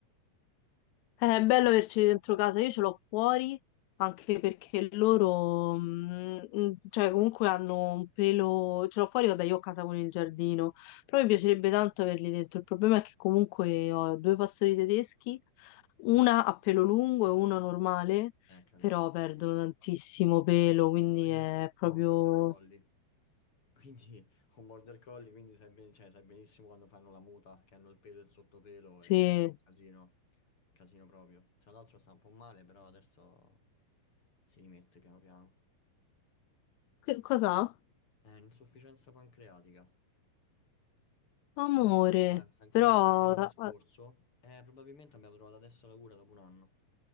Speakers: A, on the left (about 75°); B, on the left (about 40°).
A: Eh, È bello averceli dentro casa, io ce l'ho fuori anche perché loro, mm, mm, cioè comunque hanno un pelo, ce l'ho fuori, vabbè io ho casa con il giardino, però mi piacerebbe tanto averli dentro, il problema è che comunque ho due pastori tedeschi, una a pelo lungo e una normale,
B: Eh, capirai,
A: però perdono
B: vedi.
A: tantissimo pelo,
B: No,
A: quindi
B: io,
A: è
B: io
A: proprio...
B: ho un border collie. Quindi <laughs> un border collie, quindi sai, ben- cioè, sai benissimo quando fanno la muta, che hanno il pelo e il sottopelo
A: Sì.
B: e casino, casino proprio. Tra l'altro sta un po' male, però adesso si rimette piano piano.
A: Che cosa?
B: È un'insufficienza pancreatica.
A: Amore,
B: Però pensa, ancora
A: però...
B: da settembre
A: ah,
B: scorso,
A: ah,
B: eh, probabilmente abbiamo trovato adesso la cura dopo un anno.